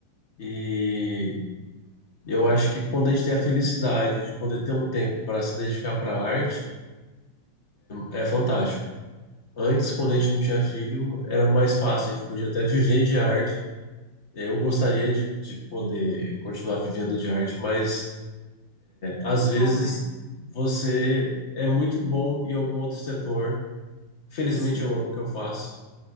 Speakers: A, on the left; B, on the left.
A: E eu acho que quando a gente tem a felicidade de poder ter um tempo para se dedicar para a arte, é fantástico. Antes, quando a gente não tinha filho, era mais fácil, a gente podia até viver de arte. Eu gostaria de, de poder continuar vivendo de arte, mas Às vezes
B: Bom, né?
A: você é muito bom em algum outro setor. Felizmente
B: Sim.
A: eu amo o que eu faço,